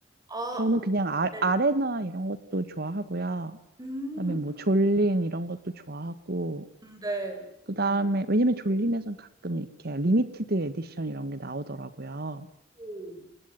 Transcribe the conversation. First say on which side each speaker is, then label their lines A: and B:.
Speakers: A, on the right; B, on the right.
A: 아,
B: 저는 그냥 아,
A: 네.
B: 아레나 이런 것도 좋아하고요.
A: 음,
B: 그다음에 뭐 졸린 이런 것도 좋아하고,
A: 네.
B: 그다음에 왜냐면 졸린에선 가끔 이렇게 리미티드 에디션 이런 게 나오더라고요.
A: 오.